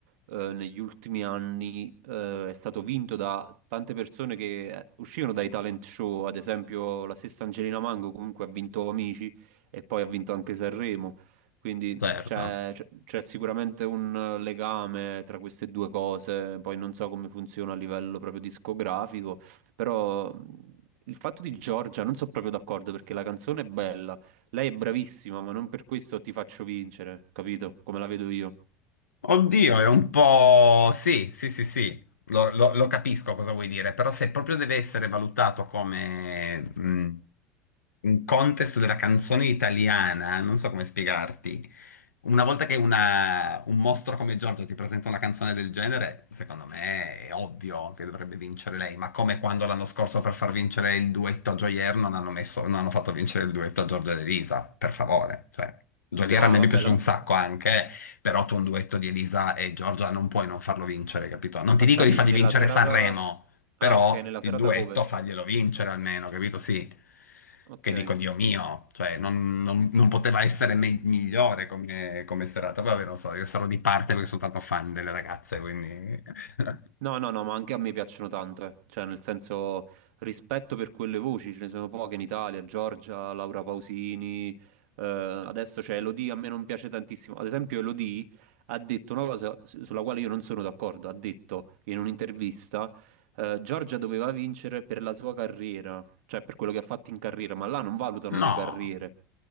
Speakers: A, on the right; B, on the left.
A: eh, negli ultimi anni eh, è stato vinto da tante persone che eh, uscivano dai talent show, ad esempio la stessa Angelina Mango comunque ha vinto Amici e poi ha vinto anche Sanremo, quindi
B: Certo.
A: c'è c'è- c'è sicuramente un eh, legame tra queste due cose, poi non so come funziona a livello proprio discografico, però mh, il fatto di Giorgia non sono proprio d'accordo perché la canzone è bella. Lei è bravissima, ma non per questo ti faccio vincere, capito? Come la vedo io.
B: Oddio, è un po'... Sì, sì, sì, sì, lo, lo- lo capisco cosa vuoi dire, però se proprio deve essere valutato come mh, un contest della canzone italiana, non so come spiegarti. Una volta che una- un mostro come Giorgio ti presenta una canzone del genere, secondo me è ovvio che dovrebbe vincere lei, ma come quando l'anno scorso per far vincere il duetto a Joyer non hanno messo- non hanno fatto vincere il duetto a Giorgia ed Elisa, per favore. Cioè, Joyer
A: Ah,
B: a me
A: vabbè,
B: mi è piaciuto
A: la...
B: un sacco anche, però tu un duetto di Elisa e Giorgia non puoi non farlo vincere, capito? Non
A: aspetta,
B: ti dico di
A: dici
B: fargli
A: nella
B: vincere
A: serata...
B: Sanremo, però
A: Ah, ok, nella
B: il
A: serata
B: duetto
A: cover.
B: faglielo vincere almeno, capito? Sì.
A: Ok.
B: Che dico, Dio mio, cioè non, non- non poteva essere me- migliore come, come serata. Poi vabbè, non so, io sarò di parte perché sono tanto fan delle ragazze, quindi... <laughs>
A: No, no, no, ma anche a me piacciono tanto, eh. Cioè, nel senso, rispetto per quelle voci, ce ne sono poche in Italia, Giorgia, Laura Pausini, eh, adesso c'è Elodie, a me non piace tantissimo. Ad esempio, Elodie ha detto una cosa su- sulla quale io non sono d'accordo, ha detto in un'intervista, eh, Giorgia doveva vincere per la sua carriera, cioè per quello che ha fatto in carriera, ma là non valutano
B: No.
A: le carriere,